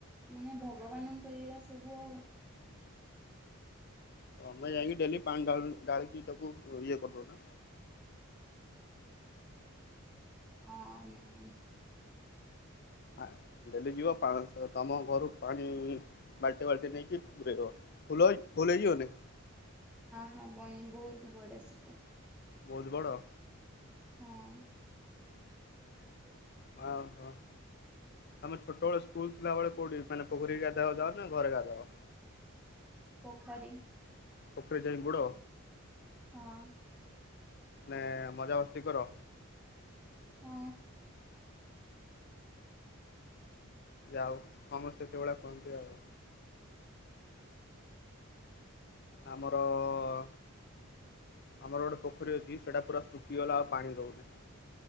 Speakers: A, in the centre; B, on the left.
A: ମାନେ ଭଗବାନଙ୍କ ଲୀଳା ସବୁ ଆଉ। <inaudible>
B: ମୁଁ ବା ଯାଇକି ଡେଲି ପାଣି ଢା- ଢାଳକି ତାକୁ ଇଏ କରି ଦଉନା।
A: ଅଁ ନାଇଁ।
B: ଆ ଡେଲି ଯିବ ପାଳଙ୍ଗ ଶାଗ ତମ ଘରୁ ପାଣି ବାଲଟିଏ ବାଲଟିଏ ନେଇଁକି କି ପୁରେଇ ଦବ ଫୁଲ ଫୁଲ୍ ହେଇ ଯିବନି?
A: ହବନି ବହୁତ୍ ବଡ ସେଟା।
B: ବହୁତ ବଡ଼।
A: ହଁ।
B: ଆ ହୋ। ଆମେ ଛୋଟ ବେଳେ ସ୍କୁଲ ଥିଲାବେଳେ କୋଉଠି ମାନେ ପୋଖରୀକି ଗାଧାଆକୁ ଯାଅ ନାଁ ଘରେ ଗାଧଅ?
A: ପୋଖରୀ।
B: ପୋଖରୀ ଯାଇଁ ବୁଡ।
A: ହଁ।
B: ମାନେ ଏ ମଜା ମସ୍ତି କର।
A: ହୁଁ।
B: ଯା ହଉ ସମସ୍ତେ ସେଭଳିଆ କରନ୍ତି ଆଉ।
A: ହ <unintelligible>
B: ଆମରଅ ଆମର ଗୋଟେ ପୋଖରୀ ଅଛି ସେଇଟା ପୁରା ଶୁଖିଗଲା ଆଉ ପାଣି ରହୁନି।